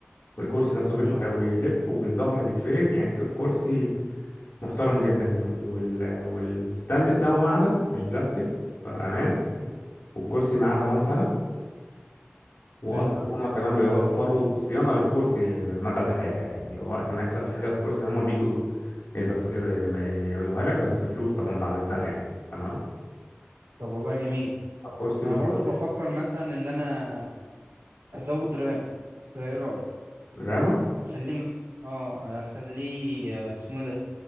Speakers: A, on the left; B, on the right.
A: والكرسي نفسه بيطلع
B: م-
A: ويلف والظهر بيتفرد يعني ك- كرسي محترم جدا وال... وال... والستاند بتاعه معدن مش بلاستيك فأمان
B: م.
A: والكرسي معاه ضمان سنة واصلا
B: حلو
A: هم كمان بيوفروا صيانه للكرسي مدى الحياه يعني وقت ما يحصل في حاجه في الكرسي هم بيجوا يضف... يعملوها لك بس بفلوس طبعا بعد السنه يعني تمام
B: طب والله جميل
A: الكرسي
B: انا
A: محترم
B: برضو بفكر
A: جدا
B: مثلا ان انا ازود رام انت ايه رايك
A: رامه
B: اخليه مثلا اه اخليه آه، اسمه إيه ده